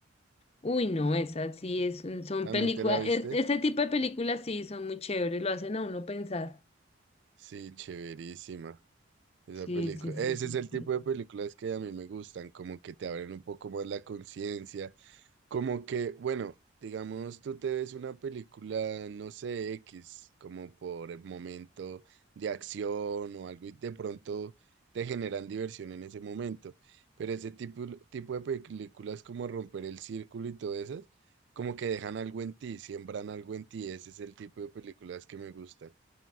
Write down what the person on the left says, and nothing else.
Uy, no, esa sí es, son
películas,
este tipo de películas sí son muy chéveres, lo hacen a uno pensar.
Sí,
sí, sí.
sí,
sí.